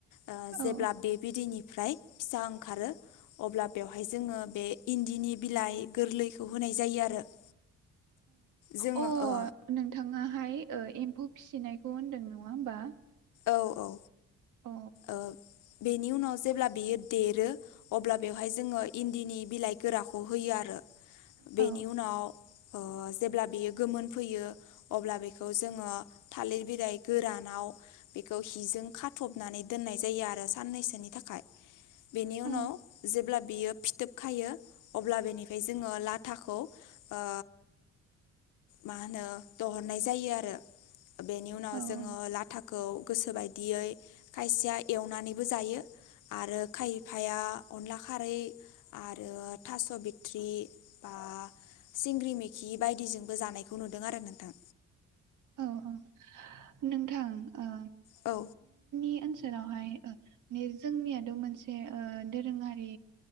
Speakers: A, on the left; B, on the right.
A: ओ
B: औ
A: जेब्ला बे बिदैनिफ्राय फिसा ओंखारो अब्ला बेवहाय जोङो बे इन्दिनि बिलाइ गोरलैखौ होनाय जायो आरो <inaudible> जोङो
B: औ अ
A: ओ
B: नोंथां फाय ओ एम्फौ फिसिनायखौ होनदों नङा होमबा
A: औ औ
B: अ
A: ओ बेनि उनाव जेब्ला बियो देरो अब्ला बेवहाय जोङो इन्दिनि बिलाइ गोराखौ होयो आरो
B: औ
A: बेनि उनाव ओ जेब्ला बेयो गोमोन फैयो अब्ला बेखौ जोङो थालिर बिलाइ गोरानाव बेखौ हिजों खाथबनानै दोननाय जायो आरो साननैसोनि थाखाय बेनि
B: औ
A: उनाव जेब्ला बियो फिथोब खायो अब्ला बेनिफ्राय जोङो लाथाखौ ओ माहोनो दहरनाय जायो आरो बेनि उनाव
B: औ
A: जोङो लाथाखौ गोसोबायदियै खायसेया एवनानैबो जायो आरो खायफाया अनला खारै आरो थास' बिथत्रि बा सिंग्रि मेखि बायदिजोंबो जानायखौ नुदों आरो नोंथां
B: औ अ नोंथां ओ
A: औ
B: ओनसोलावहाय जोंनियाथ' मोनसे ओ दोरोङारि